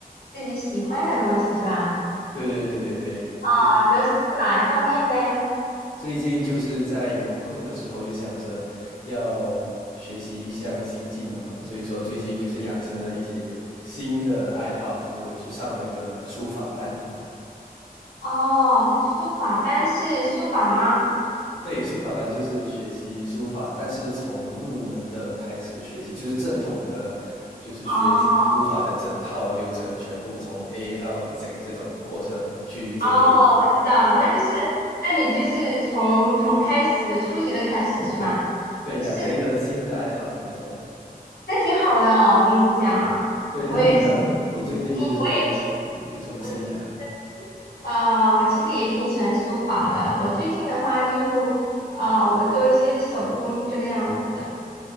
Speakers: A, on the left (about 80°); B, on the left (about 60°).
A: 自己喜欢的东西是吧？
B: 对对对对对，
A: 啊，
B: 就
A: 主要是哪一方面呢？
B: 最近就是在有空的时候就想着要学习一项新技能嘛，所以说最近就是养成了一些新的爱好，就是我也去上了一个书法班。
A: 哦，书法，单是书法吗？
B: 对，书法班就是学习书法，但是从入门的开始学习，就是正统的，就是学习书法的整套流程，
A: 哦
B: 全部从 A 到 Z 这种过程去做一个，
A: 哦，我知道了，那就是，那你就是从从开始的初级的开始是吧？
B: 对，养成一个新的爱好，
A: 是，
B: 没错。
A: 那挺好的哦，我跟你讲，
B: 对，
A: 我也挺
B: 那你呢？你最近就是有有什么新的爱好？
A: 我也挺我其实，呃，我其实也挺喜欢书法的。我最近的话就，啊，我做一些手工这个样子的